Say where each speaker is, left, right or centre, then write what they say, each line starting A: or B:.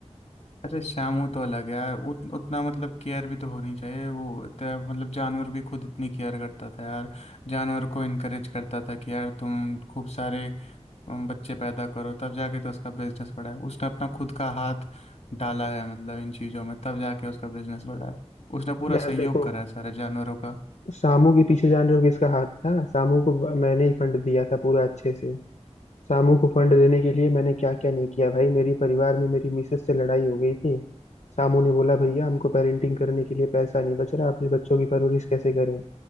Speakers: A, on the left; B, on the left.
A: अरे शामू तो अलग है यार उत, उतना मतलब केयर भी तो होनी चाहिए वो इतना- मतलब जानवर की खुद इतनी केयर करता था यार जानवर को इनकरेज करता था कि यार तुम खूब सारे हम बच्चे पैदा करो तब जाके तो उसका बिजनेस बढ़ा है उसने अपना खुद का हाथ डाला है मतलब इन चीज़ों में तब जाके उसका बिजनेस बढ़ा है उसने पूरा
B: यार
A: सहयोग
B: देखो
A: करा है सारे जानवरों का
B: सामू के पीछे जान रहे हो किसका हाथ था सामू को ब- मैंने ही फंड दिया था पूरा अच्छे से सामू को फंड देने के लिए मैंने क्या क्या नहीं किया भाई मेरी परिवार में मेरी मिसेस से लड़ाई हो गई थी सामू ने बोला भैया हमको पेरेंटिंग करने के लिए पैसा नहीं बच रहा अपने बच्चों की परवरिश कैसे करें